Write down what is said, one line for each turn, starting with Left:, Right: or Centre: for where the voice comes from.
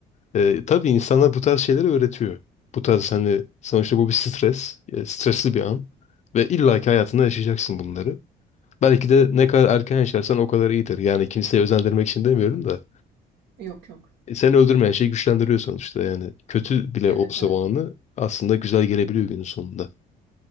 Left: E, tabii insana bu tarz şeyleri öğretiyor. Bu tarz hani sonuçta bu bir stres. e, stresli bir an. Ve illaki hayatında yaşayacaksın bunları. Belki de ne kadar erken yaşarsan o kadar iyidir. Yani kimseyi özendirmek için demiyorum da.
Right: Yok yok.
Left: e, seni öldürmeyen şey güçlendiriyor sonuçta. Yani kötü bile
Right: Evet
Left: olsa
Right: evet.
Left: o anı aslında güzel gelebiliyor günün sonunda.